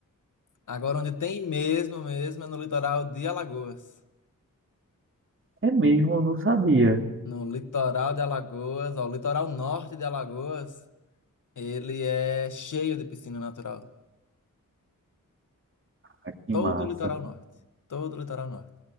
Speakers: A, on the left (about 65°); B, on the right (about 40°).
A: Agora, onde tem mesmo, mesmo, é no litoral de Alagoas.
B: É mesmo, eu não sabia.
A: No litoral de Alagoas, ó, o litoral norte de Alagoas, ele é cheio de piscina natural.
B: Ah, que
A: Todo
B: massa.
A: o litoral norte. Todo o litoral norte.